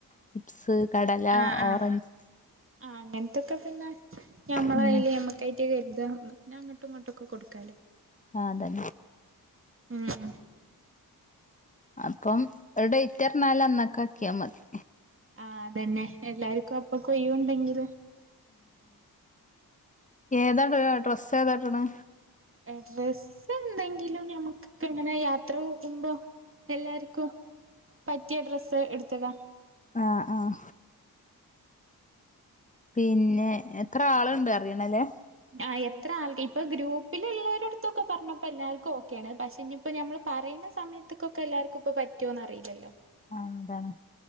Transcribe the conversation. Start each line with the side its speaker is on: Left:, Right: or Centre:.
Left: ചിപ്സ് കടല
Right: ആ ആ
Left: ഓറഞ്ച്
Right: ആ അങ്ങൻത്തൊക്കെ പിന്നെ ഞമ്മളയ്‌ല്
Left: ഉം
Right: ഞമ്മക്ക ട്ടിക്കെക്‌സാം പിന്നങ്ങോട്ട്ങ്ങോട്ടൊക്കെ കൊടുക്കാാലോ
Left: ആ ത <unintelligible>
Right: ഉം
Left: അപ്പം ഒരു ഡെയ്റ്റർഞ്ഞാല് അന്നക്കാക്ക്യാ മതി
Right: ആ അതന്നെ എല്ലാർക്കു അപ്പൊ കൊയ് വ് ണ്ടെങ്കില്
Left: ഏതാടാ ഡ്രസ്സ് ത്തെ താട്‌ണെ
Right: ഡ്രസ്സ് എന്തെങ്കിലും ഞമക് ഇങ്ങനെ യാത്ര പോകുമ്പം എല്ലാർക്കും പറ്റിയ ഡ്രസ്സ് എട് <unintelligible>
Left: ആ ആ പിന്നെ എത്ര ആള്ണ്ടറിയണല്ലേ
Right: ആഎത്ര ആൾ ഇപ്പൊ ഗ്രൂപ്പിലിള്ളോരട്ത്തൊക്കെ പർഞ്ഞപ്പോ എല്ലാർക്കോക്കെണ് പക്ഷെ ഞ്‌പ്പോ ഞമ്മള് പറീണ സമയത്ത്ക്കൊക്കെ എല്ലാർക്കു പ്പം പറ്റ്യോന്ന് അറില്ലല്ലോ
Left: ആ അതാണ്